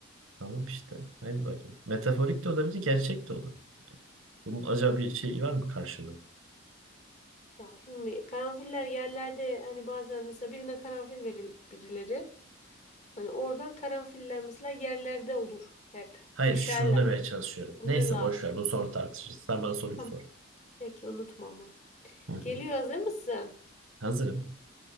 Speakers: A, on the right; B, on the left.
A: Tamam işte. Hadi bakayım. Metaforik de olabilir, gerçek de olur. Bunun acaba bir şeyi var mı karşılığı?
B: Ya şimdi karanfiller yerlerde hani bazen mesela birine karanfil verir birileri. Hani oradan karanfiller mesela yerlerde olur hep.
A: Hayır,
B: Düşerler,
A: şunu demeye çalışıyorum.
B: alırlar.
A: Neyse boş ver. Bunu sonra tartışırız. Sen bana soruyu
B: Tamam.
A: sor.
B: Peki unutma ama.
A: Hı hı.
B: Geliyor hazır mısın?
A: Hazırım.